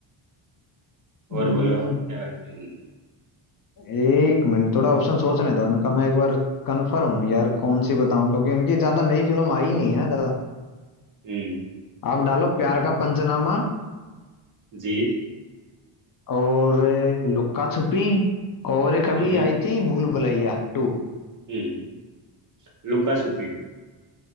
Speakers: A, on the left; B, on the right.
A: हम्म,
B: और बोलो क्या हम्म
A: एक मिनट थोड़ा ऑप्शन सोचने दो उनका मैं एक बार कंफर्म हूँ यार कौन सी बताऊं क्योंकि उनकी ज्यादा नई फिल्म आई नहीं है ना ज्यादा
B: हम्म,
A: आप डालो प्यार का पंचनामा
B: जी
A: और ए, लुक्का छुपी और एक अभी
B: हम्म
A: आई थी भूल भुलैया टू
B: हम्म लुका छुपी